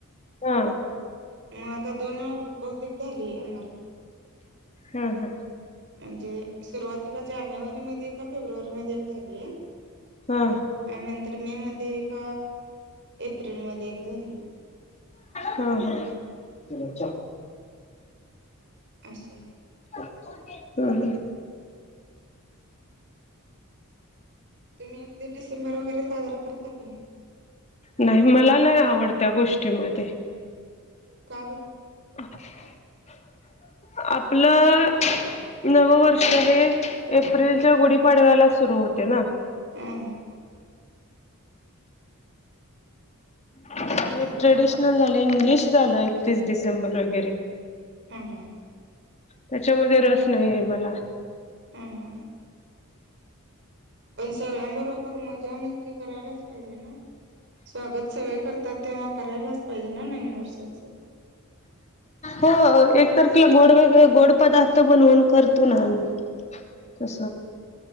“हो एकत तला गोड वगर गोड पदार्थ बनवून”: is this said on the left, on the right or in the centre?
Left